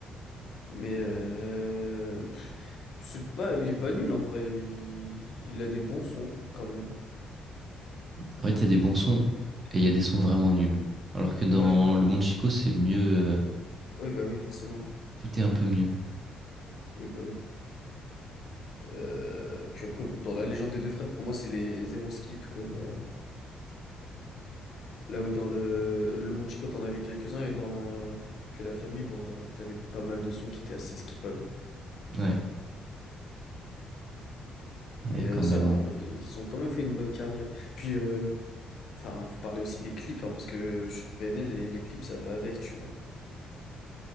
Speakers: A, on the left; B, on the right.
A: mais euh... pff, c'est pas il est pas nul en vrai il... il a des bons sons quand même.
B: En fait, il y a des bons sons et il y a des sons vraiment nuls. Alors que dans
A: Ouais
B: Le Monde Chico, c'est mieux, euh,
A: oui bah oui forcément
B: tout est un peu mieux.
A: oui bah oui. Euh, Puis après dans la légende des deux frères pour moi c'est les zéro skip quoi genre euh, là où dans le Le Monde Chico t'en avais quelques-uns et dans que la famille bon euh, t'avais pas mal de sons qui étaient assez skippables
B: Ouais, ouais,
A: mais euh,
B: quand
A: ça
B: même.
A: va en
B: hein.
A: vrai ils ont quand même fait une bonne carrière. Puis, euh, Enfin, faut parler aussi des clips, hein, parce que sur PNL, les, les clips, ça va avec, tu vois.